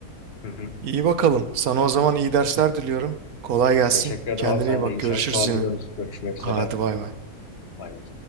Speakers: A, on the left; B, on the right.
A: Hı hı.
B: İyi bakalım. Sana o zaman iyi dersler diliyorum. Kolay gelsin.
A: Teşekkür ederim
B: Kendine
A: abi sana
B: iyi bak.
A: da iyi
B: Görüşürüz
A: çalışmalar
B: yine.
A: diliyorum. Görüşmek
B: Hadi
A: üzere.
B: bay bay.
A: Bay bay.